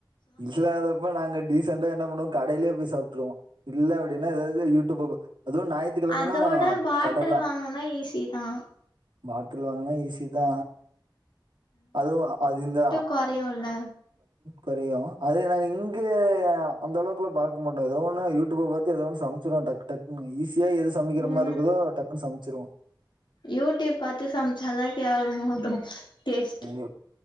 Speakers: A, on the right; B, on the left.
A: இல்லாதப்ப நாங்க டீசெண்டா என்ன பண்ணுவோ கடையிலயே போய் சாப்பிட்டுருவோ இல்ல அப்பிடினா ஏதாவது யு போ அதுவும் ஞாயிற்றுக்கிழமைன்னா
B: அதோட பாட்டில்
A: கடை தான்
B: வாங்குனா ஈஸி தா
A: மா ங்கன்னா ஈஸி தா அதுவு அது இந்த
B: குறையூலா
A: குறையு அதது நாங்க இங்க அந்த அளவுக்குல பாக்க மாட்டோ ஏத ஒண்ணுன யூடியூப் பாத்து ச வோம் டக்கு டக்னு ஈசி எது சமைக்கிற
B: ம்
A: மாரி இருக்குதோ டக்குன்னு சமைச்சிருவோ
B: யூடியூப் பாத்து <unintelligible> டேஸ்ட்
A: ஏ-